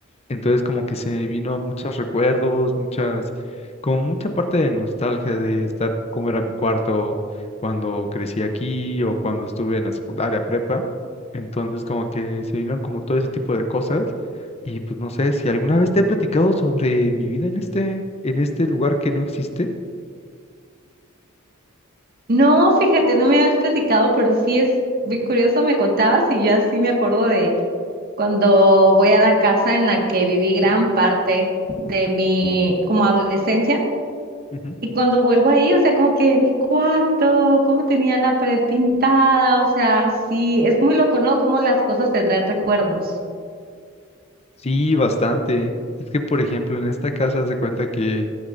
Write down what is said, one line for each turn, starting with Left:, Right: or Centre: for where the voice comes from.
Left: Entonces como que se me vino muchos recuerdos, muchas, como mucha parte de nostalgia de estar, cómo era mi cuarto cuando crecí aquí o cuando estuve en la secundaria prepa. Entonces como que se vinieron como todo ese tipo de cosas. Y pues no sé si alguna vez te he platicado sobre mi vida en este, en este lugar que no existe.
Right: No, fíjate, no me habías platicado, pero sí es muy curioso, me contabas y yo así me acuerdo de cuando voy a la casa en la que viví gran parte de mi como adolescencia
Left: Ujú.
Right: y cuando vuelvo ahí, o sea, como que mi cuarto, cómo tenía la pared pintada, o sea, sí, es muy loco, ¿no? Cómo las cosas te traen recuerdos.
Left: Sí, bastante. Es que por ejemplo en esta casa se cuenta que